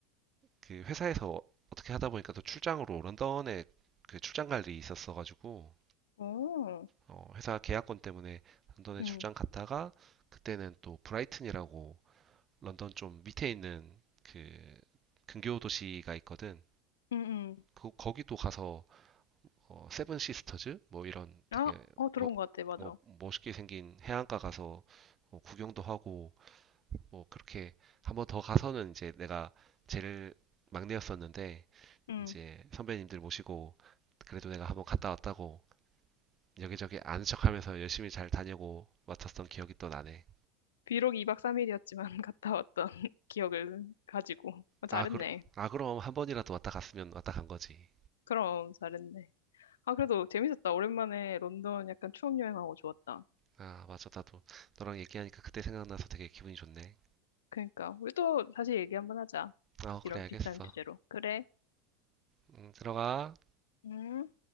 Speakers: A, on the right (about 35°); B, on the left (about 80°).
A: 그 회사에서 어떻게 하다 보니까 또 출장으로 런던에 그 출장 갈 일이 있었어가지고
B: 오,
A: 어, 회사 계약권 때문에 런던에
B: 응,
A: 출장 갔다가 그때는 또 브라이튼이라고 런던 좀 밑에 있는 그 근교 도시가 있거든.
B: 응, 응.
A: 그 거기도 가서 어, 세븐 시스터즈 뭐 이런 되게
B: 아, 어 들어본
A: 멋-
B: 것 같아, 맞아.
A: 어, 멋있게 생긴 해안가 가서 어, 구경도 하고 뭐 그렇게 한번 더 가서는 이제 내가 제일 막내였었는데
B: 응.
A: 이제 선배님들 모시고 그래도 내가 한번 갔다 왔다고 여기저기 아는 척하면서 열심히 잘 다녀고 왔었던 기억이 또 나네.
B: 비록 2박 3일이었지만 <laughs> 갔다 왔던 <laughs> 기억을 가지고 어, 잘했네.
A: 아, 그러, 아 그럼 한 번이라도 왔다 갔으면 왔다 간 거지.
B: 그럼 잘했네. 아 그래도 재밌었다. 오랜만에 런던 약간 추억 여행하고 좋았다.
A: 아 맞아 나도 너랑 얘기하니까 그때 생각나서 되게 기분이 좋네.
B: 그러니까 우리 또 다시 얘기 한번 하자.
A: 아
B: 이런
A: 그래 알겠어.
B: 비싼 주제로. 그래.
A: 음, 들어가.
B: 음.